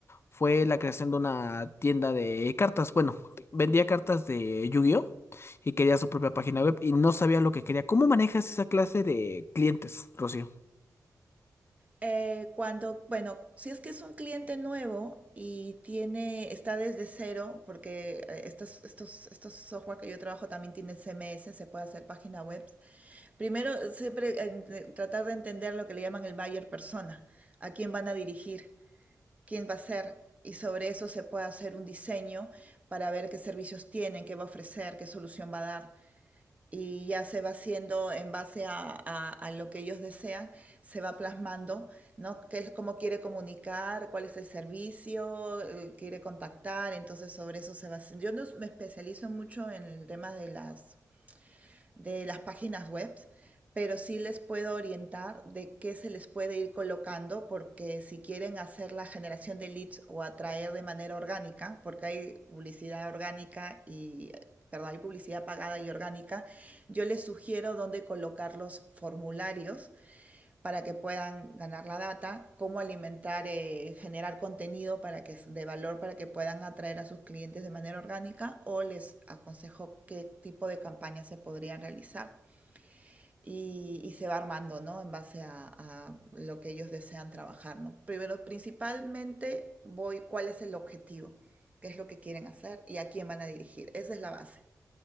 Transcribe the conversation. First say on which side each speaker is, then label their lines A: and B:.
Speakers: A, on the left; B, on the right.
A: fue la creación de una tienda de cartas. Bueno, vendía cartas de Yu-Gi-Oh y quería su propia página web y no sabía lo que quería. ¿Cómo manejas esa clase de clientes, Rocío?
B: Eh, cuando, bueno, si es que es un cliente nuevo y tiene, está desde cero, porque eh, estos, estos, estos software que yo trabajo también tienen CMS, se puede hacer página web. Primero, siempre eh, tratar de entender lo que le llaman el buyer persona, a quién van a dirigir. quién va a ser y sobre eso se puede hacer un diseño para ver qué servicios tienen, qué va a ofrecer, qué solución va a dar. Y ya se va haciendo en base a, a- a lo que ellos desean, se va plasmando, ¿no? Qué es- cómo quiere comunicar, cuál es el servicio, eh, quiere contactar, entonces sobre eso se va haciendo. Yo no me especializo mucho en el tema de las de las páginas web, pero sí les puedo orientar de qué se les puede ir colocando, porque si quieren hacer la generación de leads o atraer de manera orgánica, porque hay publicidad orgánica y perdón, hay publicidad pagada y orgánica, yo les sugiero dónde colocar los formularios para que puedan ganar la data, cómo alimentar, eh, generar contenido para que, de valor para que puedan atraer a sus clientes de manera orgánica o les aconsejo qué tipo de campañas se podrían realizar. Y, y se va armando, ¿no? En base a, a, lo que ellos desean trabajar, ¿no? Primero, principalmente voy cuál es el objetivo, qué es lo que quieren hacer y a quién van a dirigir. Esa es la base